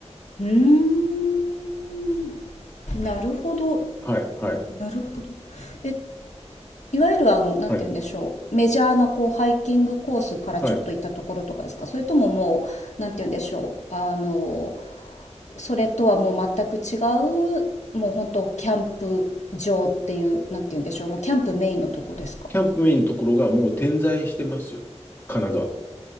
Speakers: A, on the left; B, on the left.
A: うーん、なるほど。
B: はい。はい。
A: なるほど。え、いわゆるあの、なんて言うんでしょう。
B: はい。
A: メジャーなこうハイキングコースからちょっと行ったところとかですかそれとももう、
B: はい。
A: なんて言うんでしょう。あの、それとはもう全く違うもう本当キャンプ場っていうなんて言うんでしょうもうキャンプメインのとこですか
B: キャンプメインのところがもう点在してますよ。神奈川も。